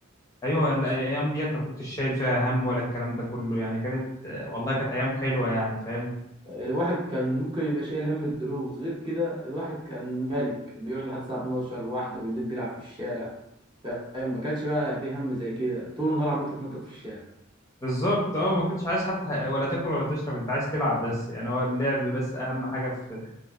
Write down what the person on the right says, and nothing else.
الواحد كان ممكن يبقى شايل هم الدروس غير كده الواحد كان ملك بيقعد لحد الساعه 12 واحده بالليل بيلعب في الشارع فاهم ما كانش بقى في هم زي كده طول النهار عمال تتنطط في الشارع